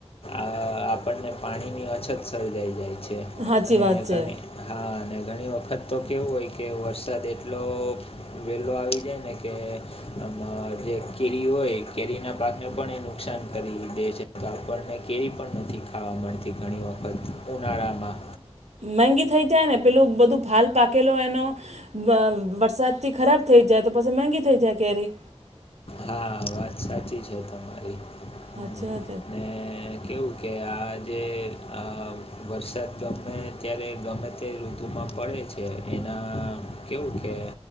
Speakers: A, on the left; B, on the right.
A: આ આપણને પાણીની અછત સર્જાઈ જાય છે
B: સાચી
A: અને
B: વાત છે
A: ઘણી હા અને ઘણી વખત તો હોય કે વરસાદ એટલો લો આવી જાય ને કે? અમ જે કેરી હોય કેરી ના પાકને પણ એ નુકસાન કરી દે છે. તો આપણને કેરી પણ ખાવા નથી મળતી ઘણી વખત ઉનાળામાં
B: મેંગી થઈ જાય ને પેલું બધું ફાલ પાકેલો એનો અ વરસાદથી ખરાબ થઈ જાય તો પછી મોંઘી થઈ જાય કેરી.
A: હા, વાત સાચી છે તમારી. હમ
B: અચ્છા.
A: ને કેવું કે આ જે આ વરસાદ ગમે ત્યારે ગમે તે ઋતુમાં પડે છે એના કેવું કે